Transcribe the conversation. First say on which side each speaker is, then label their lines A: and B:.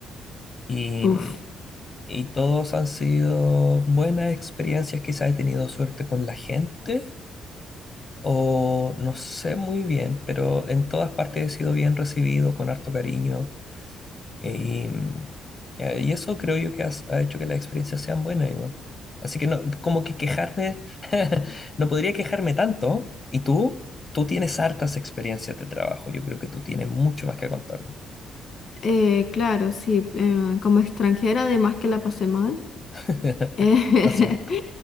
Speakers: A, on the left; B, on the left.
A: Y,
B: Uf.
A: Y todos han sido buenas experiencias, quizás he tenido suerte con la gente o no sé muy bien, pero en todas partes he sido bien recibido, con harto cariño. Y, mm, eh, y eso creo yo que has- ha hecho que las experiencias sean buenas igual. Así que no, como que quejarme, <laughs> no podría quejarme tanto. ¿Y tú? Tú tienes hartas experiencias de trabajo. Yo creo que tú tienes mucho más que contarme.
B: Eh, claro, sí, eh, como extranjera, además que la pasé mal.
A: <laughs>
B: eh,
A: Lo siento,